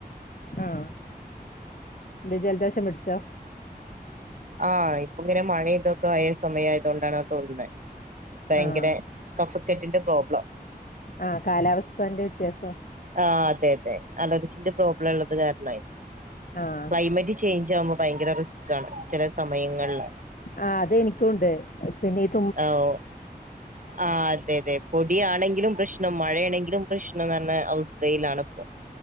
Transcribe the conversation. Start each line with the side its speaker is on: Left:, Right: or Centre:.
Left: ആഹ് എന്താ ജലദോഷം പിടിച്ചോ?
Right: ആഹ് ഇപ്പ ഇങ്ങനെ മഴ ഇതൊക്കെ ആയ സമയം ആയതുകൊണ്ട് ആണെന്ന് തോന്നുന്നേ ഭയങ്കര.
Left: ആഹ്
Right: കഫക്കെറ്റിന്റെ പ്രോബ്ലം.
Left: ആഹ് കാലാവസ്ഥന്റെ വ്യത്യാസം.
Right: ആഹ് അതെ അതെ അലർജിന്റെ പ്രോബ്ലം ഉള്ളത് കാരണവേ
Left: ആഹ്
Right: ക്ലൈമറ്റ്. ചേഞ്ച് ആവുമ്പോ ഭയങ്കര റിസ്ക് ആണ്, ചെല സമയങ്ങളില്.
Left: ആഹ് അത് എനിക്കുണ്ട്, പിന്നെ ഇത്.
Right: ഓഹ് ആഹ് അതെ അതെ പൊടിയാണെങ്കിലും പ്രശ് നം മഴയാണെങ്കിലും പ്രശ്നം തന്നെ അവസ്ഥയിലാണ് ഇപ്പോ.